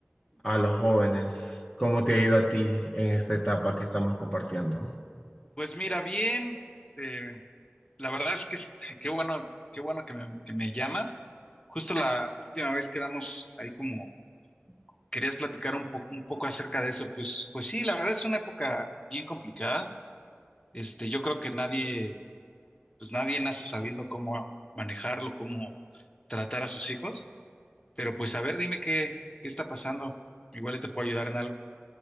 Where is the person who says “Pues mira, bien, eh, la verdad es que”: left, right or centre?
Left